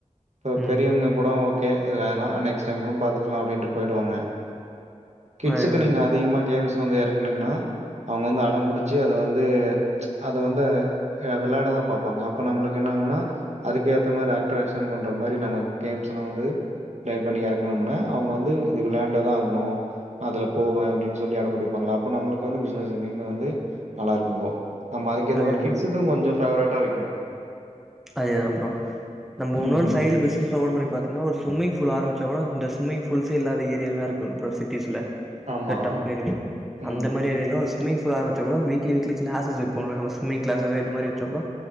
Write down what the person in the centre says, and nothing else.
ம்
அதேதா
ப்ரோ
அதேதா
அதேதான் ப்ரோ நம்மு
உன்னொன்னு சைட்ல பிஸ்னஸ் ஓபன் பண்ணி பாத்தீங்ன்னா ஒரு சும்மிங் ஃபூல் ஆரமிச் சோமுனா இந்த சும்மிங் ஃபூல்ஸே இல்லாத ஏரியால்லா இருக்குல ப்ரோ சிட்டீஸ்ல
இந்த டவ்ன் ஏரியால
அந்த மாரி ஏர்லோஸ் சும்மிங் ஃபூல் ஆரமிச்சம்னா வீக்லி வீக்லி கிளாஸஸ் வைப்போல நம்ம சும்மிங் கிளாஸஸு இந்த மாரி வெச்ட்டா கூடோ